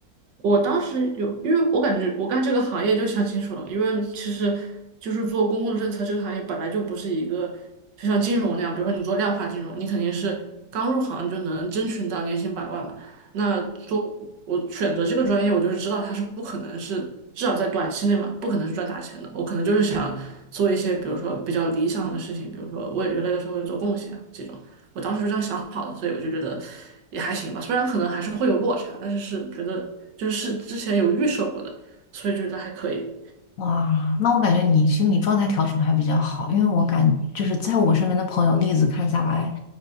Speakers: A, on the right; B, on the left.
A: 我当时有，因为我感觉我干这个行业就想清楚了，因为其实就是做公共政策这个行业本来就不是一个就像金融那样，比如说你做量化金融，你肯定是刚入行就能争取到年薪百万嘛。那做我选择这个专业，我就是知道它是不可能是至少在短期内嘛，不可能是赚大钱的。我可能就是想做一些比如说比较理想的事情，比如说为人类的社会做贡献啊这种。我当时就这样想好的，所以我就觉得也还行吧。虽然可能还是会有落差，但是是觉得就是是之前有预设过的，所以觉得还可以。
B: 哇，那我感觉你心理状态调整的还比较好，因为我感就是在我身边的朋友例子看下来，